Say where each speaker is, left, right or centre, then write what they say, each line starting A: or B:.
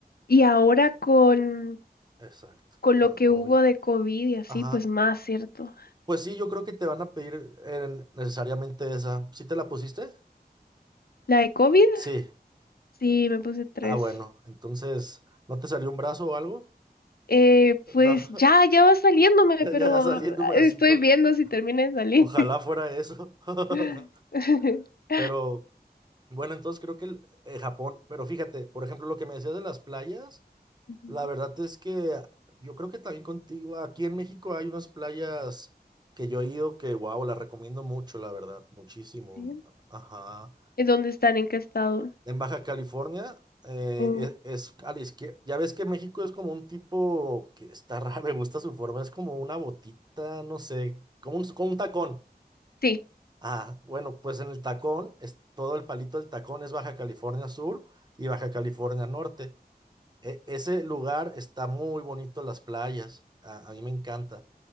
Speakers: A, on the left; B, on the right.
A: Y ahora con,
B: Exacto,
A: con
B: con
A: lo que
B: el COVID.
A: hubo de COVID y así,
B: Ajá.
A: pues más, ¿cierto?
B: Pues sí, yo creo que te van a pedir eh, necesariamente esa. ¿Sí te la pusiste?
A: La de COVID,
B: Sí.
A: sí, me puse tres.
B: Ah, bueno. Entonces, ¿no te salió un brazo o algo?
A: Eh, pues
B: No, <laughs>
A: ya, ya va saliéndome,
B: ya,
A: pero
B: ya saliendo un bracito.
A: estoy viendo si termina de salir.
B: Ojalá fuera eso.
A: <laughs>
B: <laughs> Pero bueno, entonces creo que el- eh, Japón. Pero fíjate, por ejemplo, lo que me decías de las playas,
A: Ujú,
B: la verdad es que ah, yo creo que también contigo, aquí en México hay unas playas que yo he ido que, wow, las recomiendo mucho, la verdad, muchísimo.
A: bien.
B: Ajá.
A: ¿En dónde están? ¿En qué estado?
B: En Baja California eh,
A: Oh,
B: es, es a la izquierda. Ya ves que México es como un tipo que está <laughs> raro, me gusta su forma, es como una botita, no sé, como un, como un tacón.
A: sí.
B: Ah, bueno, pues en el tacón, es, todo el palito del tacón es Baja California Sur y Baja California Norte. E- ese lugar está muy bonito, las playas, a, a mí me encanta.